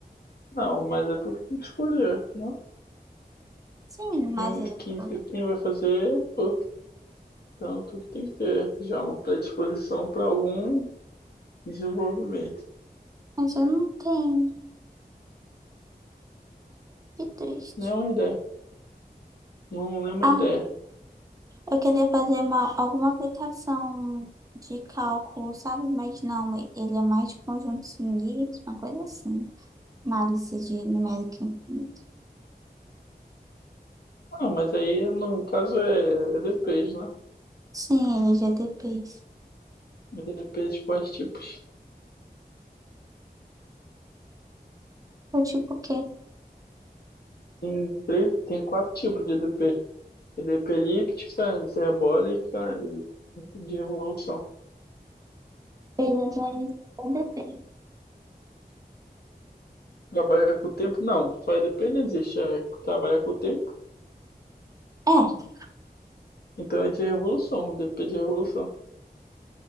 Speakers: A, on the left; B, on the right.
A: Não, mas é tu que tem que escolher, né?
B: Sim, mas
A: Quem,
B: ele falou,
A: quem, quem vai fazer é tu. Então tu que tem que ter já uma predisposição para algum desenvolvimento.
B: mas eu não tenho. Que triste.
A: Nenhuma ideia. Não, nenhuma
B: ah.
A: ideia.
B: Eu queria fazer uma, alguma aplicação de cálculo, sabe? Mas não, ele é mais de conjunto finito, uma coisa assim. Análise de numérica infinita.
A: Ah, mas aí no caso é EDPs, né?
B: Sim, ele é GDPs.
A: EDPs de quais tipos?
B: Eu tipo o quê?
A: Tem, três, tem quatro tipos de EDP. EDP elíptica, hiperbólica e de revolução.
B: Ele vai ainda bem.
A: Trabalha com o tempo? Não, só EDP não existe. É, trabalha com o tempo,
B: É,
A: então é de revolução, DP de revolução.